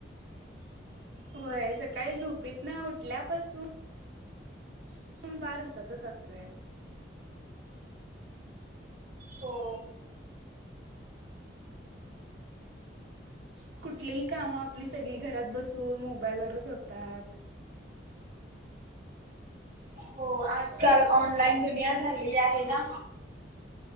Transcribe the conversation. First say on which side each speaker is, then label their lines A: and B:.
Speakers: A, on the right (about 65°); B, on the right (about 45°).
A: होय, सकाळी झोपेतनं उठल्यापासून <unintelligible> हातातच असतोय.
B: हो
A: <unintelligible> कुठलीही काम आपली सगळी, घरात बसून मोबाईलवरच होतात.
B: हो आजकाल ऑनलाईन दुनिया झालेली आहे ना?